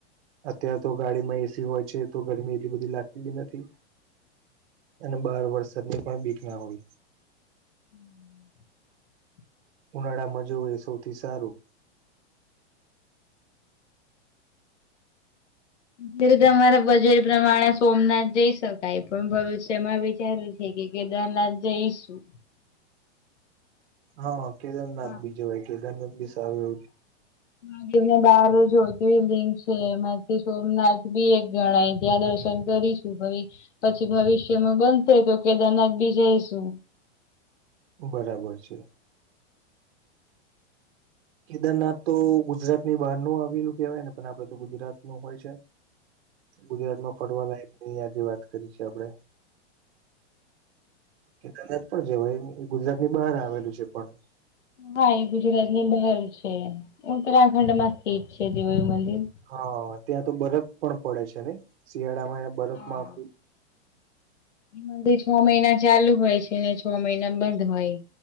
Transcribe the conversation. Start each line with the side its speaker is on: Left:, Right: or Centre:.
Right: અત્યારેાર તો ગાડી માં એસી હોય છે તો ગરમી એટલી બધી લાગતી બી નથી. અને બાર વરસાદની પણ બીક ના હોય.
Left: હમ્.
Right: ઉનાળામાં જો એ સૌથી સારું.
Left: જે રીતે અમારા બજેટ પ્રમાણે સોમનાથ જઈ શકાય પણ ભવિષ્યમાં વિચાર. હે કે દના જે ઇશું.
Right: હા કેદારનાથ
Left: હા
Right: બીજવાય કેદારનાથ બી સારું એવું છે.
Left: માગીર ને બાર જ્યોતિર્લિંગ છે એમાંથી સોમનાથ બી એક ગણાય ત્યાં દર્શન કરીશ. પછી ભવિષ્યમાં બંધ થાય તો કેદારનાથ બી જાયશું.
Right: બરાબર છે. કેદારનાથ તો ગુજરાત ની બહાર ન આવેલું કેહેવાય ને પણ આપડે તો ગુજરાત નું હોય છે. ગુજરાત માં ફરવા લની આજે વાત કરી છે આપડે કે તના જ પણ જેાઈ ગુજરાત ની બહાર આવેલું છે પણ
Left: હા એ ગુજરાત ની બહર છે ઉત્તરાખંડ માં સ્થિત છે દેવાયુ મંદિર.
Right: હા ત્યાં તો બરફ પણ પડે છે ને શિયાળામાં બરફમાં
Left: હા. મંદિર છ મહિના ચાલુ હોય છે અને છ મહિના બંધ હોય.